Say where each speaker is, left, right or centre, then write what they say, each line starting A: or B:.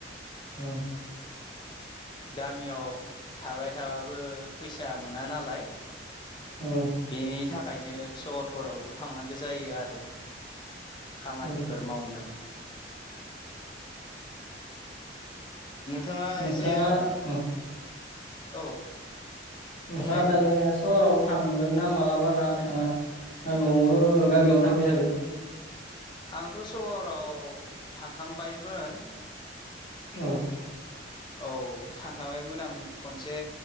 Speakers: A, on the left; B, on the left.
A: औ
B: गामियाव थाबाय थाबाबो फैसा मोना नालाय।
A: औ
B: बेनि थाखायनो सहरफोरावबो थांनांगौ जायो आरो। खामानिफोर
A: औ
B: मावनो। नोंथांङा
A: नोंथाङा
B: एसे
A: औ
B: औ
A: नोंथाङा
B: बुंनाय
A: दायो
B: नोंथां
A: सहराव थांगोन ना मालाबा ना थांङा ना नआवनो गामियावनो थाबायथागोन।
B: आंथ सहराव थांखांबायमोन।
A: औ
B: <unintelligible> औ थांखाबायमोन आं खनसे